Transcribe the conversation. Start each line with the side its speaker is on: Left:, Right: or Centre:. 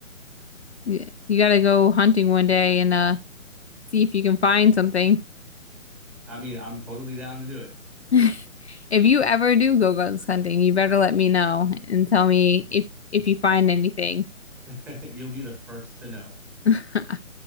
Left: Y- you gotta go hunting one day and uh see if you can find something.
Centre: I mean, I'm totally down to do
Left: <laughs> If you ever do go ghost hunting, you better let me know and tell me if if you find anything.
Centre: it. <laughs> You'll be the first to know.
Left: <laughs>